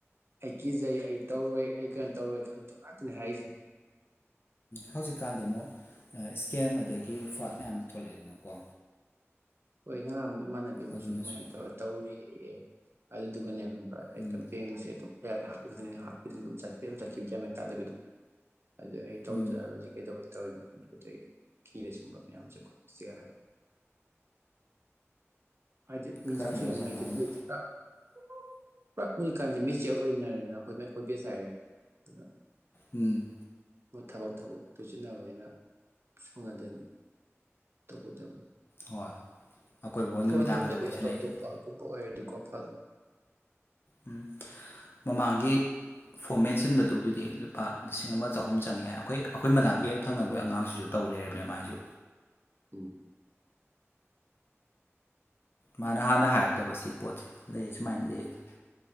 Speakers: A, on the right; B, on the left.
A: ꯑꯩ ꯀꯤꯖꯩ ꯑꯩ ꯇꯧꯔꯣꯏ ꯑꯩ ꯀꯩꯅꯣ ꯇꯧꯔꯣꯏꯗ ꯇ ꯉꯥꯛꯇꯅꯤ ꯍꯥꯏꯔꯤꯁꯦ
B: ꯍꯧꯖꯤꯛꯀꯥꯟꯗꯤ ꯑꯃꯨꯛ ꯏꯁꯀꯦꯝ ꯑꯗꯒꯤ ꯐ꯭ꯔꯣꯠ ꯃꯌꯥꯝ ꯊꯣꯛꯂꯛꯑꯦꯗꯅꯀꯣ
A: ꯍꯣꯏꯅꯃꯣꯏ ꯏꯃꯥꯟꯅꯕꯤ ꯑꯃꯁꯨ
B: ꯑꯗꯨꯅꯁꯨꯅꯦ
A: ꯑꯗꯨꯃꯥꯏꯅ ꯇꯧꯔ ꯇꯧꯔꯤ ꯑꯗꯨꯗꯨꯒꯅꯤ ꯑ ꯍꯛꯇ
B: ꯎꯝ
A: ꯕꯦꯡꯁꯦ ꯑꯗꯨꯝ ꯌꯥ ꯍꯥꯞꯄꯤ ꯈꯨꯗꯤꯡꯗ ꯍꯥꯞꯄꯤ ꯈꯨꯗꯤꯡ ꯑꯗꯨꯝ ꯆ ꯑꯗꯨꯝ ꯆꯠꯈꯤꯕ ꯌꯥꯃꯦꯟ ꯇꯥꯗꯕꯤꯗꯣ ꯑꯗꯨꯗ ꯑꯩ ꯇꯧꯖꯔꯔꯣꯏ
B: ꯎꯝ
A: ꯀꯩꯗꯧꯒꯦ ꯇꯧꯔꯤꯅꯣ ꯈꯪꯗꯕꯗ ꯑꯩ ꯀꯤꯔ ꯆꯨꯡꯕ ꯃꯌꯥꯝꯁꯦ ꯈꯨꯠꯄꯁꯤ ꯍꯥꯏꯔ ꯍꯥꯏꯗꯤ ꯃꯤꯁꯤ
B: ꯀꯔꯝꯕ
A: ꯀꯁꯨ
B: ꯑꯣꯏꯖꯥꯠꯅꯣ
A: ꯀꯝ ꯂꯩꯇꯦꯅ
B: ꯍꯥꯏꯅ
A: ꯍꯧꯖꯤꯛꯀꯥꯟꯗꯤ ꯃꯦꯆꯌꯔ ꯑꯣꯏꯅꯔꯦꯅ ꯑꯩꯈꯣꯏ ꯃ ꯑꯩꯈꯣꯏ ꯕꯦꯁ ꯍꯥꯏꯔꯗꯤ ꯑꯗꯨꯅ
B: ꯎꯝ
A: ꯊꯕꯛ ꯊꯕꯛ ꯇꯨꯁꯤꯟꯅꯕ ꯍꯥꯏꯅ ꯁꯪꯅꯗꯦ ꯇꯒ ꯇꯕꯅꯤ
B: ꯍꯣꯏ ꯑꯀꯣꯏꯕ ꯍꯣꯏ
A: ꯐꯣꯟ
B: ꯅꯨꯃꯤꯗꯥꯡ
A: ꯇꯧꯗꯕꯤ
B: ꯈꯛꯇ ꯋꯥꯔꯤ
A: ꯑꯇꯣꯞ
B: ꯁꯥꯟꯅꯩꯁꯤꯅꯦ
A: ꯑꯇꯣꯞꯄꯒꯨꯝꯕ ꯑꯣꯏꯔꯗꯤ ꯀꯣꯄꯥ
B: ꯎꯝ ꯃꯃꯥꯡꯒꯤ ꯐꯣꯔꯃꯦꯠꯁꯤ ꯈꯤꯕꯗꯨꯕꯨꯗꯤ ꯂꯨꯄꯥ ꯂꯤꯁꯤꯡ ꯑꯃ ꯆꯍꯨꯝ ꯆꯪꯉꯦ ꯑꯩꯈꯣꯏ ꯑꯩꯈꯣꯏ ꯃꯅꯥꯛꯀꯤ ꯍꯦꯛ ꯊꯪꯅꯕꯒꯤ ꯑꯉꯥꯡꯁꯤꯁꯨ ꯇꯧ ꯂꯩꯔꯝꯃꯦ ꯃꯥꯏꯁꯨ
A: ꯎꯝ
B: ꯃꯥꯅ ꯍꯥꯟꯅ ꯍꯥꯏꯔꯛꯇꯕ ꯁꯤ ꯄꯣꯠꯁꯦ ꯂꯩ ꯁꯨꯃꯥꯏꯅ ꯂꯩꯗ